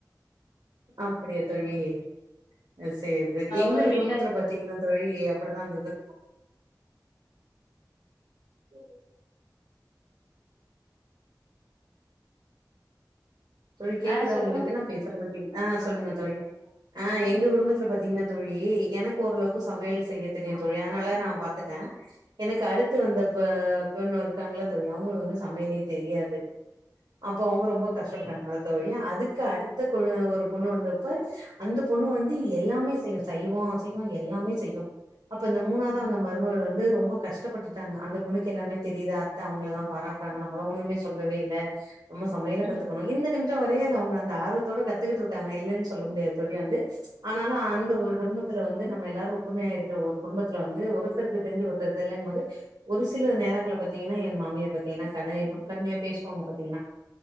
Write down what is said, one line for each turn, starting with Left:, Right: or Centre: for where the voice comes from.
Right: அப்பிடியா தோழி ஆ செய்யறது எங்கள்
Left: ஒரு வீட்ல
Right: குடும்பத்துல பாத்தீங்கன்னா தோழி அப்பிடிதா இருந்துது ம் தோழி கேக்குதா
Left: ஆ சொல்லுங்க
Right: உங்களுக்கு
Left: தோ
Right: நா பேசுறது கேக்கு ஆ சொல்லுங்க தோழி ஆ எங்க குடும்பத்துல பாத்தீங்கன்னா தோழி எனக்கு ஓரளவுக்கு சமையல் செய்ய தெரியு தோழி அதனால நா பாத்துட்டே எனக்கு அடுத்து வந்த பொ பொண்ணு இருக்காங்கல்ல தோழி அவங்களுக்கு வந்து சமையலே தெரியாது அப்போ அவங்க ரொம்ப கஷ் ஆமா தோழி அதுக்கு அடுத்த கொழு ஒரு பொண்ணு வந்தப்ப அந்த பொண்ணு வந்து எல்லாமே செய்யு சைவோ அசைவோ எல்லாமே செய்யு அப்ப அந்த மூணாவதா வந்த மருமக வந்து ரொம்ப கஷ்டப்பட்டுட்டாங்க அந்த பொண்ணுக்கு எல்லாமே தெரியுது அத்த அவங்களதா பாராட்டுறாங்க நம்மள ஒண்ணுமே சொல்லவே இல்ல நம்ம சமயல்
Left: ம்
Right: த்துக்கணு இந்த நிமி ஷோ வரையு அங்க அவங்க அந்த ஆர்வத்தோட கத்துக்கிட்ருக்காங்க இல்லன்னு சொல்ல முடியாது தோழி வந்து ஆனாலு அந்த ஒரு குடும்பத் துல வந்து நம்ம எல்லாரு ஒற்றுமையா இருக்கிற ஒரு குடும்பத்துல வந்து ஒருத்தருக்கு தெரிஞ்சு ஒருத்தருக்கு தெர்லைங்கும் போது ஒரு சில நேரங்கல்ல பாத்தீங்கன்னா என் மாமியார் பாத்தீங்கன்னா கடு இமு கடுமையா பேசுவாங்க பாத்தீங்கன்னா